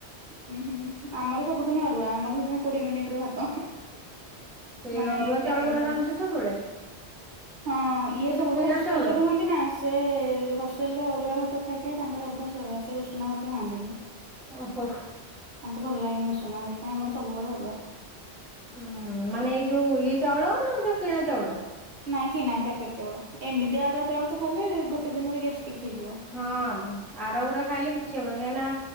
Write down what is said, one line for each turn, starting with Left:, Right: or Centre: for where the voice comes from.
Right: ଉଁ ହୁଁ ଆମର ସବୁଦିନି ଅରୁଆ ଆମର ସେଇଥିପାଇଁ କୋଡିଏ ମିନିଟି ରେ ଭାତ।
Centre: ସେ
Right: ମାନେ
Centre: ଅରୁଆ
Right: ଏଇ ପ୍ୟାକେଟେ
Centre: ଗୁରା
Right: ଚାଉଳ।
Centre: ରାନ୍ଧୁଛ ସବୁବେଳେ
Right: ହଁ ଇଏ
Centre: ସେ ଯୋଉ
Right: ସବୁବେଳେ
Centre: କିଣା
Right: ହଷ୍ଟେଲରେ
Centre: ଚାଉଳ?
Right: ରୁହନ୍ତି ନା ସୁ। ସେ ହଷ୍ଟେଲରେ ଅରୁଆ ଭାତ ଖାଇ, ଖାଇ ତାଙ୍କର ଅଭ୍ୟାସ ଅରୁଆ ସେ ଉଷୁନା ଭାତ ଖାଆନ୍ତିନି।
Centre: ଓହୋ।
Right: ତାଙ୍କୁ ଭଲ ଲାଗେନି ଉସୁନା ହେଇଥିପାଇଁ ଆମର ସବୁବେଳେ ଅରୁଆ।
Centre: ହୁଁ ମାନେ ଏଇ ଯୋଉ ଇଏ ଚାଉଳ ନା ଯୋଉ କିଣା ଚାଉଳ।
Right: ନାଇଁ କିଣା ପ୍ୟାକେଟ୍ ଚାଉଳ ଏମିତି ଆରୁଆ ଚାଉଳ ତ ଖାଇଲେ ଗୋଟେ ଦିନରେ ଗ୍ୟାଷ୍ଟିକି ହେଇଯିବ।
Centre: ହଁ ଆର ଗୁରା ଖାଇଲେ କିଛି ହବନି କାହିଁକି ନା।